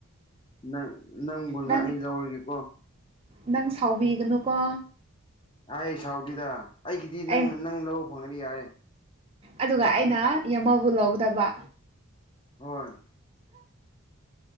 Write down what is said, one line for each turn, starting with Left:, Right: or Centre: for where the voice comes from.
Left: ꯅꯪ ꯅꯪꯕꯨꯅ
Right: ꯅꯪ
Left: ꯑꯩ ꯂꯧꯔꯒꯦꯀꯣ
Right: ꯅꯪ ꯁꯥꯎꯕꯤꯒꯅꯨꯀꯣ
Left: ꯑꯩ ꯁꯥꯎꯗꯨꯗ ꯑꯩꯒꯤꯗꯤ
Right: ꯑꯩ
Left: ꯅꯪ ꯅꯪ ꯂꯧꯧꯕ ꯐꯪꯒꯅꯤ ꯌꯥꯔꯦ
Right: ꯑꯗꯨꯒ ꯑꯩꯅ ꯌꯦꯃꯕꯨ ꯂꯧꯒꯗꯕ
Left: ꯍꯣꯏ